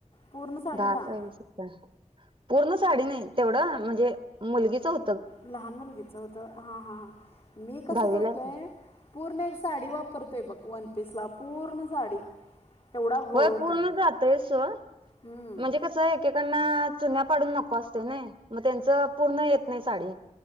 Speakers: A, on the left; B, on the right.
A: पूर्ण साडीला
B: दहा <unintelligible> पूर्ण साडी नाही तेवढं म्हणजे मुलगीचा हो
A: लहान मुलगीचं होतं हा हा, मी कसं
B: दहावीला
A: करतोय
B: आहे.
A: पूर्ण एक साडी वापरतोय बघ वनपीसला पूर्ण साडी. एवढा घोळ
B: होय
A: होतोय
B: पूर्ण जातंयच सोड,
A: हम्म.
B: म्हणजे कसं एकेकांना चुन्या पाडून नको असतंय नाय, मग त्यांचं पूर्ण येत नाही साडी.